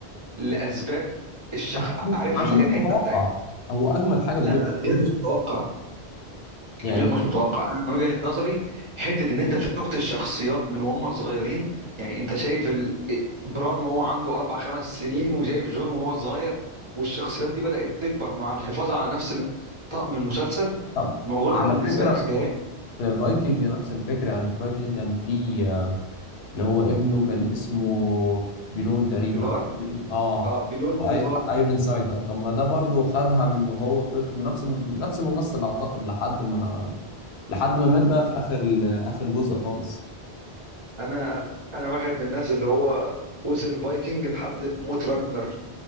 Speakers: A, on the right (about 30°); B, on the left (about 75°).
A: لاسباب الشخ
B: عشان
A: عارف
B: عشان
A: اللي هي
B: مش
A: الحته
B: متوقع
A: بتاعت
B: هو اجمد حاجه
A: لا
B: في جيم
A: لا لا، غير
B: اوف
A: مش
B: ثرونز
A: متوقع
B: يعني
A: غير مش متوقع انا من وجهة نظري حتة ان انت شفت الشخصيات من وهم صغيرين يعني انت شايف ال... بران وهو عنده اربع خمس سنين وشايف جون وهو صغير والشخصيات دي بدأت تكبر مع الحفاظ على نفس ال- طقم المسلسل
B: طب
A: الموضوع ده
B: على
A: بالنسبة
B: فكره
A: لك خيالي
B: في فايكنج نفس الفكره يعني في فايكنج كان في آه، اللي هو ابنه كان اسمه بيرون تقريبا
A: ايفار
B: او اه
A: اه بليون وايفار
B: ايرون سايد طب ما ده برضه خدها من وهو طفل نفس نفس الممثل اعتقد لحد ما لحد ما مات بقى في اخر ال- اخر جزء خالص
A: انا انا واحد من الناس اللي هو وصل فايكنج لحد موت راجنر